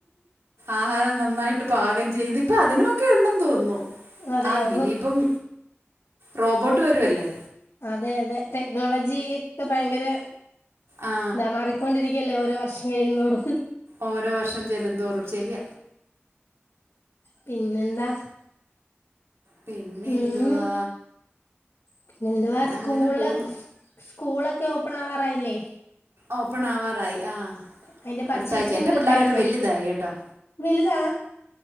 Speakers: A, on the right; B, on the left.
A: ആഹാരം നന്നായിട്ട് പാകം ചെയ്ത് ഇപ്പ അതിനു ഒക്കെ ഉണ്ടെന്ന് തോന്നുന്നു
B: അതെയോ
A: ആഹ് ഇനിയിപ്പം റോബോട്ട് വരുവല്ലേ
B: അതെ അതെ ടെക്നോളജി ഒക്കെ ഭയങ്കര
A: ആ
B: നാ മാറി കൊണ്ടിരിക്കയല്ലേ ഓരോ വർഷം കഴിയുന്തോറും
A: ഓരോ വർഷം ചെല്ലും തോറും ശരിയ
B: പിന്നെന്താ
A: പിന്നെ
B: ഉം
A: എന്തുവാ
B: പിന്നെ എന്തുവാ സ്കൂള്
A: അങ്ങനെ പോകുന്നു
B: സ്കൂളൊക്കെ ഓപ്പൺ ആവാറായില്ലേ
A: ഓപ്പൺ ആവാറായി ആഹ്
B: അതിന്റെ പർച്ചേസിംഗ്
A: അടുത്ത ആഴ്ച എന്റെ
B: ഒക്കെ
A: പിള്ളോരൊക്കെ
B: കഴിഞ്ഞോ
A: വലുതായി കെട്ടോ
B: വലുതാ